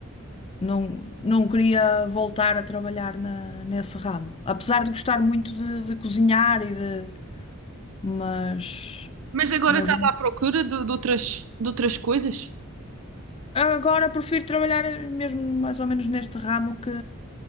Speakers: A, on the left; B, on the right.
A: não, não queria voltar a trabalhar na, nesse ramo, apesar de gostar muito de, de cozinhar e de mas,
B: Mas agora
A: mas
B: estás à procura de, de outras, de outras coisas?
A: agora prefiro trabalhar mesmo mais ou menos neste ramo que,